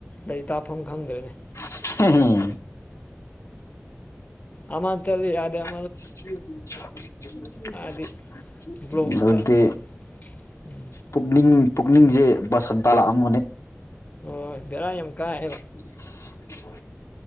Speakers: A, on the left (about 35°); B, on the left (about 80°).
A: ꯂꯩꯇꯥꯐꯝ ꯈꯪꯗ꯭ꯔꯦꯅꯦ
B: <unintelligible>
A: ꯑꯃ ꯆꯠꯂꯤ ꯌꯥꯗꯦ ꯑꯃ
B: <unintelligible>
A: ꯍꯥꯏꯗꯤ ꯕ꯭ꯂꯣꯛ ꯉꯥꯛꯇ
B: ꯑꯗꯨꯗꯤ
A: <unintelligible>
B: ꯄꯨꯛꯅꯤꯡ ꯄꯨꯛꯅꯤꯡꯖꯦ ꯕꯥꯁꯟꯇ ꯂꯥꯛꯑꯝꯒꯅꯤ
A: ꯑꯣꯏ ꯕꯦꯔꯥ ꯌꯥꯝ ꯀꯥꯏꯌꯦꯕ
B: <inaudible>